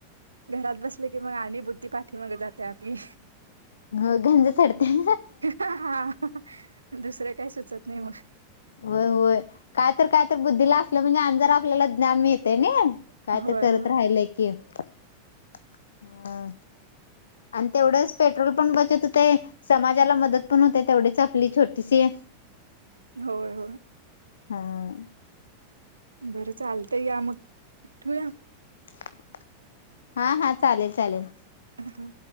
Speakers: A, on the right; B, on the left.
A: घरात बसले की मग आणि बुद्धी पाठी मग जाते आपली.
B: हो गंज चडते. <inaudible>
A: हा दुसरं काही सुचत नाही मग
B: होय, होय काय तर काय तर बुद्धीला असल म्हणजे अनीजरा आपल्याला ज्ञान मिळतेय नी. कायतरी
A: होय
B: करत
A: होय
B: राहिलय की <inaudible> हा आणि तेवढंच पेट्रोल पण बचत होतय समाजाला मदत पण होतय तेवढीच आपली छोटीशी
A: <inaudible> होय, होय.
B: ह. <inaudible>
A: बरं चालत या मग ठेवूया.
B: <inaudible> हा हा चालेल, चालेल.
A: अ ह.